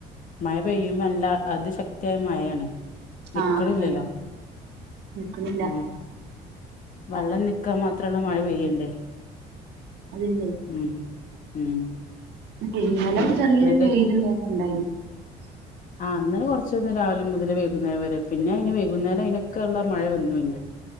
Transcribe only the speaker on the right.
ആഹ്
അതാണ് നിക്കണില്ല
അതില്ലേ
ഇന്നലെ
ചെറിയൊരു വെയിലുംതൊക്കെണ്ടായിനി